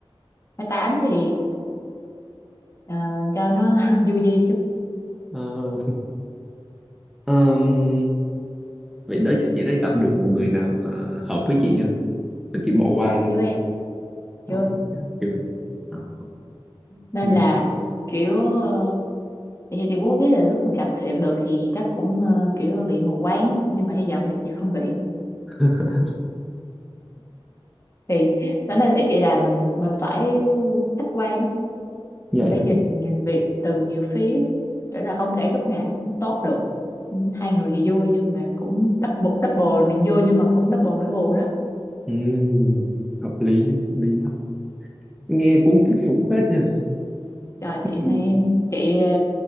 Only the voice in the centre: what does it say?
Ờ, ừm, vậy đó giờ chị đã gặp được một người nào mà hợp với chị chưa mà chị bỏ qua chưa
Ờ,
chưa, chưa. Ờ,
ừ.
<laughs>
dạ
dạ
Ừm, hợp lý hợp lý nghe cũng thuyết phục phết nha
Ừm,